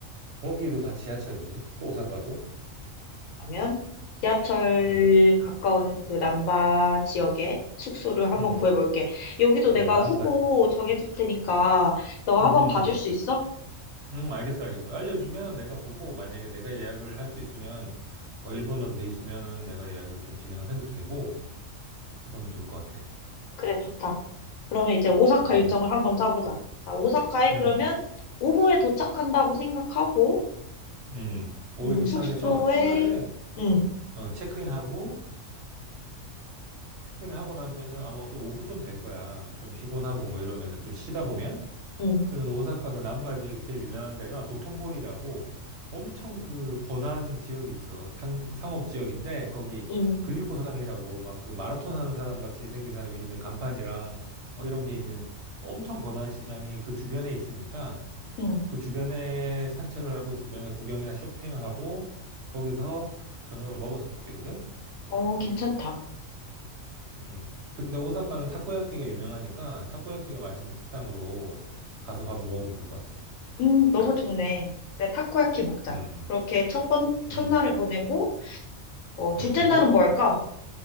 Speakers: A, on the right; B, on the left.
A: 거기도 다 지하철이지. 또 오사카도.
B: 그러면 지하철
A: 음,
B: 가까운 그 남바 지역에 숙소를 한번
A: 음,
B: 구해볼게. 여기도
A: 어,
B: 내가
A: 남바지.
B: 후보 정해줄
A: 음,
B: 테니까 너가
A: 음,
B: 한번
A: 음,
B: 봐줄
A: 음.
B: 수 있어?
A: 응, 알겠어, 알겠어. 알려주면 내가 보고, 만약에 내가 예약을 할 수 있으면, 뭐, 일본어로 돼 있으면은 내가 예약을 좀 진행을 해도 되고, 그러면 좋을 것 같아.
B: 그래, 좋다. 그러면 이제 오사카
A: 음,
B: 일정을 한번 짜보자. 자, 오사카에
A: 음,
B: 그러면 오후에 도착한다고 생각하고,
A: 음. 오후에
B: 음,
A: 도착해서
B: 숙소에,
A: 첫날은,
B: 응,
A: 어, 체크인하고, 체크인을 하고 나면은 아마 좀 오후쯤 될 거야. 좀 피곤하고 뭐 이러면은 좀 쉬다 보면,
B: 응,
A: 그러면 오사카 그 남바 지역이 제일 유명한 데가 도톤보리라고 엄청 그 번화한 지역이 있어. 상, 상업 지역인데 거기
B: 응,
A: 글리코상이라고 막 그 마라톤 하는 사람 같이 생긴 사람이 있는 간판이랑 뭐 이런 게 있는 엄청 번화한 시장이 그 주변에 있으니까
B: 응.
A: 그 주변에 산책을 하고 주변에 구경이나 쇼핑을 하고 거기서 저녁을 먹었으면 좋겠거든.
B: 어, 괜찮다.
A: 음. 근데 오사카는 타코야끼가 유명하니까 타코야끼가 맛있는 식당으로 가서 밥을 먹으면 좋을 것 같아.
B: 음, 너무 좋네. 그래, 타코야키 먹자.
A: 음.
B: 그렇게 첫 번, 첫날을
A: 음.
B: 보내고, 어, 둘째
A: 돈 내고
B: 날은 뭐 할까?